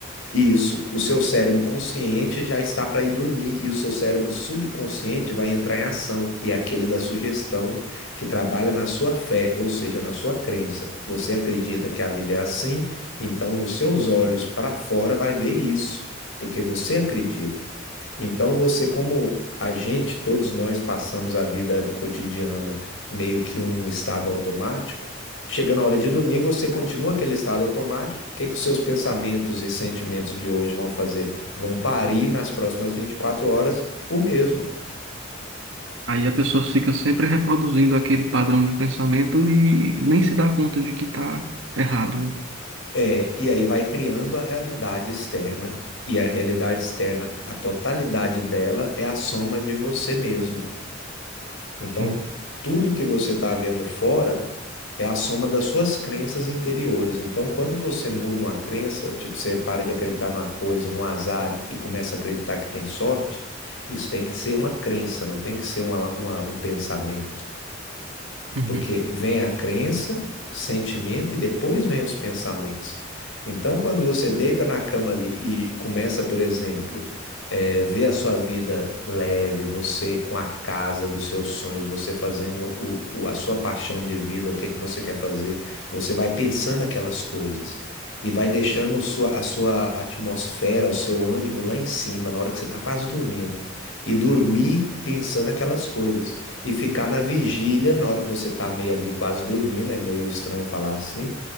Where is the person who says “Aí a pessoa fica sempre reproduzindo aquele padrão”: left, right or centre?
Right